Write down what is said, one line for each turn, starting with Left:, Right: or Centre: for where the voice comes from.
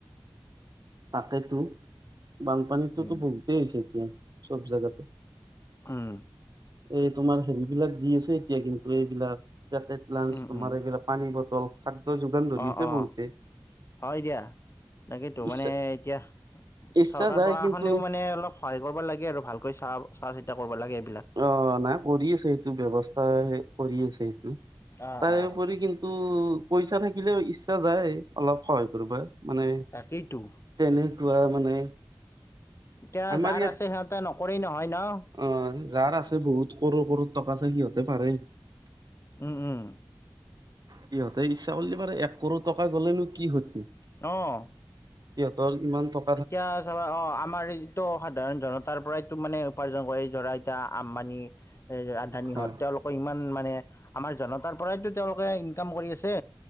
Right: তাকেতো, বানপানীটোতো
Left: উম,
Right: বহুতেই হৈছে এতিয়া, চব জেগাতে।
Left: উম।
Right: এই তোমাৰ হেৰিবিলাক দি আছে এতিয়া কিন্তু এইবিলাক, পেকেট লাঞ্চ
Left: উম,
Right: তোমাৰ
Left: উম,
Right: এইবিলাক পানী বটল, খাদ্য যোগান ধৰি
Left: অ',
Right: আছে
Left: অ',
Right: বহুতে।
Left: হয় দিয়া, তাকেইতো মানে
Right: ইচ্ছা
Left: এতিয়া,
Right: ইচ্ছা
Left: চৰকাৰ
Right: যায়
Left: প্ৰশাসনেও
Right: কিন্তু
Left: মানে অলপ সহায় কৰিব লাগে আৰু ভালকৈ চা-চোৱা চিতা কৰিব লাগে এইবিলাক।
Right: অ না কৰি আছে সেইটো ব্যৱস্থা হে কৰি আছে সেইটো।
Left: অ',
Right: তাৰউপৰি
Left: অ',
Right: কিন উম পইচা থাকিলেও ইচ্ছা যায় অলপ সহায় কৰিবা, মানে
Left: তাকেইতো।
Right: তেনেকুৱা মানে
Left: এতিয়া
Right: আমাৰ
Left: যাৰ
Right: ইয়াত
Left: আছে সিহঁতে নকৰেই নহয় ন।
Right: অ যাৰ আছে বহুত কড়ৰ-কড়ৰ টকা আছে সিহঁতে পাৰে।
Left: উম উম।
Right: সিহঁতে ইচ্ছা কৰলে পাৰে, এক কড় টকা গ'লেনো কি ক্ষতি।
Left: অ'।
Right: সিহঁতৰ কিমান ট
Left: এতিয়া চাবা অ আমাৰ ই ত সাধাৰণ জনতাৰ পৰাইতো মানে উপাৰ্জন কৰে, এই ধৰা এতিয়া আম্বানি এ নিহঁত
Right: হয়
Left: তেওঁলোকে ইমান মানে আমাৰ জনতাৰ পৰাইতো তেওঁলোকে ইনকাম কৰি আছে।